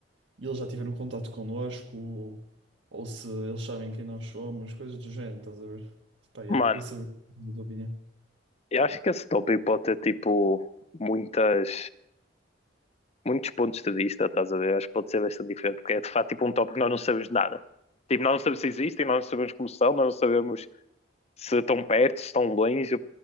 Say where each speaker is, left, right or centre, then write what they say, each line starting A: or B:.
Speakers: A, on the right (about 85°); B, on the left (about 35°).
A: eles já tiveram contato connosco, ou se eles sabem quem nós somos, coisas do género, estás a ver? Pá, yeah,
B: Mano,
A: queria saber a tua opinião.
B: eu acho que esse tópico pode ter tipo muitas, muitos pontos de vista, estás a ver? Acho que pode ser bastante diferente, porque é de facto tipo um tópico que nós não sabemos nada. Tipo, nós não sabemos se existem, nós não sabemos como são, nós não sabemos se estão perto, se estão longe,